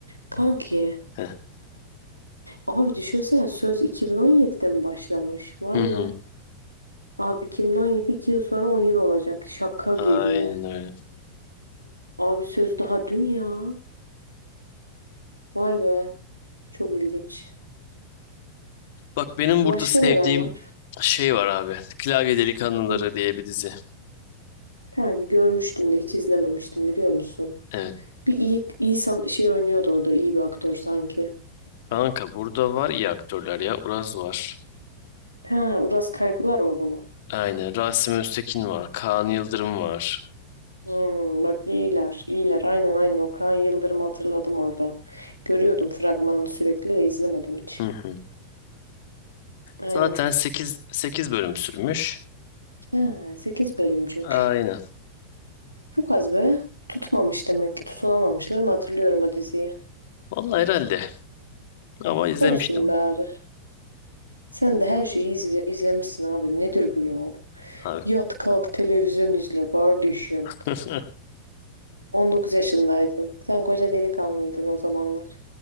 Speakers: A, on the right; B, on the left.
A: Kanki.
B: heh,
A: Abi düşünsene söz 2017'de mi başlamış? Vay
B: Hı hı.
A: be. Abi 2017 2 yıl sonra 10 yıl olacak. Şaka
B: Aynen
A: gibi.
B: öyle.
A: Abi söz daha dün ya. Vay be. Çok ilginç.
B: Bak benim
A: Başka
B: burada sevdiğim
A: neler var?
B: şey var abi. Klavye Delikanlıları
A: Hı.
B: diye bir dizi.
A: Kanki görmüştüm de hiç izlememiştim biliyor musun?
B: Evet.
A: Bir iyi, iyi san- şey oynuyordu orada iyi bir aktör sanki.
B: Kanka burada var iyi aktörler ya. Uraz var.
A: Ha, Uras Kaygılar oldu mu?
B: Aynen. Rasim Öztekin var. Kaan Yıldırım var.
A: Hmm, bak iyiler, iyiler. Aynen aynen Okan Yıldırım hatırladım orada. Görüyordum fragmanını sürekli de izlemedim hiç.
B: Hı hı.
A: Aynen.
B: Zaten sekiz sekiz bölüm sürmüş.
A: Ha, sekiz bölümcük.
B: Aynen.
A: Çok az be. Tutmamış demek ki. Tutunamamışlar mı hatırlıyorum o diziyi.
B: Vallahi herhalde. Ama izlemiştim
A: Olsun be abi. Sen de her şeyi izle- izlemişsin abi. Nedir bu ya?
B: abi.
A: Yat kalk televizyon izle kardeşim.
B: <laughs>
A: on dokuz yaşındaydın. Sen koca delikanlıydın o zamanlar.